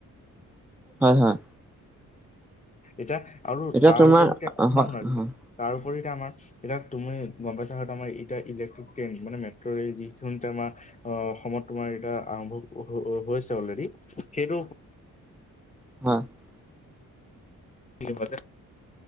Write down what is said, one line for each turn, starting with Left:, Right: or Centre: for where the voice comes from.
Centre: হয় হয়।
Left: এতিয়া আৰু
Centre: এতিয়া
Left: তাৰওপৰিতে
Centre: তোমাৰ
Left: শুনা
Centre: হয়
Left: শুনা
Centre: হয়
Left: তাৰোপৰি আমাৰ এতিয়া তুমি গম পাইছা আমাৰ এতিয়া ইলেক্ট্ৰিক ট্ৰেইন মানে মেট্ৰ ৰেল যি আমাৰ অ অসমত তোমাৰ এতিয়া আৰম্ভ হৈছে অলৰেডি। সেইটো
Centre: <unintelligible>
Left: <unintelligible>